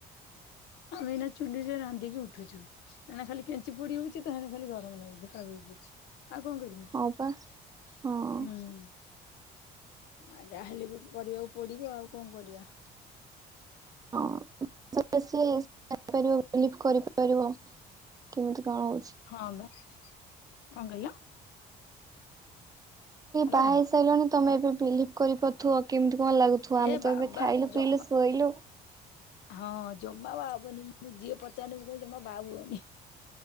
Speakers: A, on the left; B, on the right.
A: ଆମେ ଏଇନା ଚୁଲିରେ ରାନ୍ଧିକି ଉଠୁଚୁ। ଏଣେ ଖାଲି କେଞ୍ଚି ଫୋଡି ହୋଉଚି ତ ହେଣେ ଖାଲି ଗରମ ନାଗୁଚି ଝାଳ ବୋହିପଡୁଚି ଆଉ କଣ କରିବୁ।
B: ହଁ ପା ହଁ
A: ହୁଁ। ଆ ଯାହା ହେଲେ ବି କରିବାକୁ ପଡିବ ଆଉ କଣ କରିବା।
B: ହଁ <unintelligible> କେମିତି କଣ ହଉଛି?
A: ହଁ ବା କଣ କହିଲ? ହ୍ୟାଲୋ
B: ବାହା ହେଇ ସାରିଲଣି ତମେ ଏବେ ବିଲିଭ୍ କରିପାରୁଥିବ ଆଉ କେମିତି କଣ ଲାଗୁଥିବ?
A: ଏ
B: ଆମେ
A: ବାବା
B: ତ ଏବେ ଖାଇଲୁ
A: ଜମା
B: ପିଇଲୁ ଶୋଇଲୁ।
A: ହଁ ଜମା ବାହା ହବନି ମୁଁ ଯିଏ ପଚାରିଲେ ମୁଁ କହେ ଜମା ବାହା ହୁଅନି।